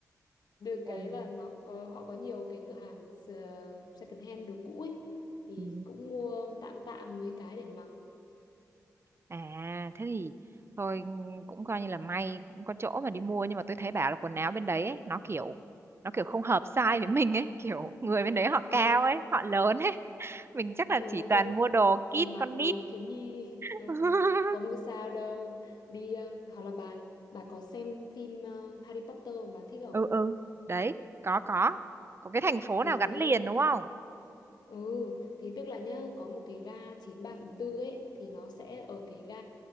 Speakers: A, on the left (about 75°); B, on the right (about 35°).
A: Được
B: Ừ.
A: cái là nó có họ có nhiều cái cửa hàng s- second hand đồ cũ ấy thì
B: ừ
A: cũng mua tạm tạm mấy cái để mặc.
B: à thế thì thôi ừ, cũng coi như là may cũng có chỗ mà đi mua nhưng mà tôi thấy bảo là quần áo bên đấy ấy, nó kiểu nó kiểu không hợp size với mình ấy kiểu người bên đấy họ
A: Ờ,
B: cao ấy họ lớn ấy mình chắc là
A: tôi
B: chỉ toàn
A: tôi
B: mua đồ kid
A: mình mặc
B: con
A: đồ
B: nít
A: thiếu nhi <laughs>
B: <laughs>
A: ừ, không có sao đâu. Đi ờ, hoặc là bà bà có xem phim ờ, Harry Potter mà bà thích không?
B: ừ ừ đấy có có có cái thành phố
A: Thì
B: nào gắn
A: cái
B: liền đúng không?
A: ừ thì tức là nhá có một cái ga chín ba phần tư ấy thì nó sẽ ở cái ga